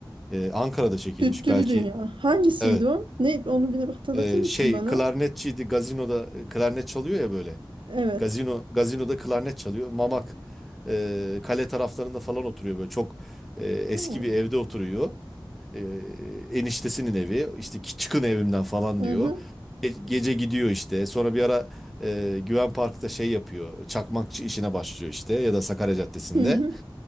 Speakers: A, in the centre; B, on the right.
A: e, Ankara'da çekilmiş.
B: Düttürü
A: Belki
B: Dünya. Hangisiydi
A: evet
B: o? Ne onu bir hatırlatır
A: e,
B: mısın
A: şey
B: bana?
A: klarnetçiydi gazinoda e, klarnet çalıyor ya böyle.
B: Evet.
A: Gazino, gazinoda klarnet çalıyor. Mamak e, kale taraflarında falan oturuyor böyle çok e, eski
B: Hı
A: bir evde oturuyor. E, eniştesinin evi işte "Ki- çıkın evimden falan
B: hı.
A: diyor. Ge- Gece gidiyor işte. Sonra bir ara e, Güven Park'ta şey yapıyor. Çakmakçı işine başlıyor işte ya da Sakarya Caddesi'nde
B: Hı hı.